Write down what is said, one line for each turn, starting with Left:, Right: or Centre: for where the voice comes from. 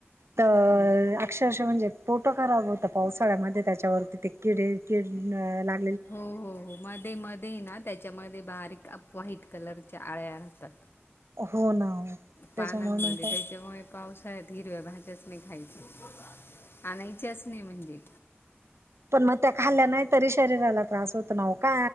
Right: तर
Left: हां
Right: अक्षरशः म्हणजे. पोटं खराब होता पावसाळ्यामध्ये, त्याच्यावरती ते किडे किड ला
Left: हो हो हो, मध्ये मध्ये ना त्याच्यामध्ये बारीक व्हाईट कलरच्या आळ्या राहतात.
Right: अ हो ना. त्याच्यामुळे
Left: पानांमध्ये
Right: मग काय
Left: त्याच्यामुळे पावसाळ्यात हिरव्या भाज्याच नाही खायच्या, आणायच्याच नाही म्हणजे.
Right: पण मग, त्या खाल्ल्या नाही तरी शरीराला त्रास होत पान ना हो का